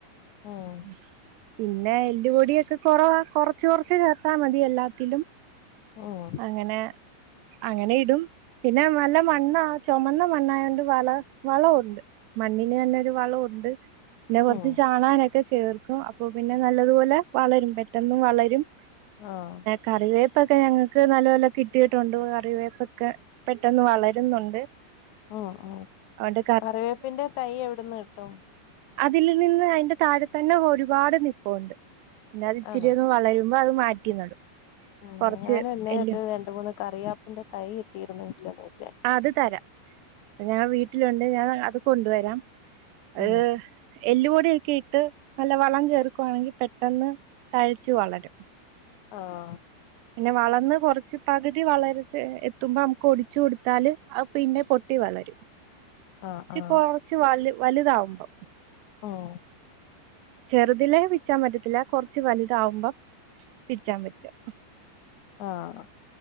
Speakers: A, on the left (about 80°); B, on the right (about 80°).
A: ഉം
B: <inaudible> പിന്നെ എല്ലുപൊടിയൊക്കെ കൊറവാ കൊറച്ച് കൊറച്ച് ചേർത്താ മതി എല്ലാത്തിലും
A: ഓഹ്
B: അങ്ങനെ അങ്ങനെ ഇടും പിന്നെ നല്ല മണ്ണാ ചൊമന്ന മണ്ണായോണ്ട് വള വളവുണ്ട്. മണ്ണിന് നല്ലൊരു വളവുണ്ട്. പിന്നെ കൊറച്ച്
A: ഉം
B: ചാണാനൊക്കെ ചേർക്കും അപ്പൊ പിന്നെ നല്ലതുപോലെ വളരും പെട്ടന്ന് വളരും
A: ആഹ്
B: കറിവേപ്പ് ഒക്കെ ഞങ്ങൾക്ക് നല്ലപോലെ കിട്ടിയിട്ടുണ്ട് കറിവേപ്പൊക്കെ പെട്ടൊന്ന് വളരുന്നുണ്ട്.
A: ഹ്മ്മ് ഹ്മ്മ്
B: അതുകൊണ്ട്
A: കറിവേപ്പിന്റെ തൈ എവിടുന്ന് കിട്ടും
B: അതിലിൽ നിന്ന് അതിന്റെ താഴെ തന്നെ ഒരുപാട് നിപ്പുണ്ട് പിന്നത് ഇച്ചിരി
A: ആണോ
B: ഒന്ന് വളരുമ്പോ അത് മാറ്റി നടും.
A: ഹ്മ്മ്
B: കുറച്ച്
A: ഞാൻ എന്നെത്തൊട്ട്
B: എല്ല്
A: രണ്ട് മൂന്ന് കറിയാപ്പിന്റെ തൈ കിട്ടിയിരുന്നു <unintelligible>
B: ആഹ് അത് തരാം. ഞാൻ വീട്ടിലുണ്ട് ഞാൻ അത് കൊണ്ടുവരാം. അത്
A: ഉം
B: എല്ലുപൊടിയൊക്കെ ഇട്ട് നല്ല വളം ചേർക്കുവാണെങ്കിൽ പെട്ടെന്ന് തഴ്ച്ച് വളരും.
A: ആഹ്.
B: പിന്നെ വളർന്ന് കൊറച്ച് പകുതി വളറ്ച്ചെ എത്തുമ്പോ നമുക്ക് ഒടിച്ചു കൊടുത്താല് അത് പിന്നെ പൊട്ടി വളരും.
A: ആഹ്
B: ച്ചി
A: ആഹ്
B: കൊറച്ച് വല് വലുതാവുമ്പോ
A: ഹ്മ്മ്
B: ചെറ്തിലേ പിച്ചാൻ പറ്റത്തില്ല, കൊറച്ച് വലുതാവുമ്പം പിച്ചാൻ പറ്റും.
A: ആഹ്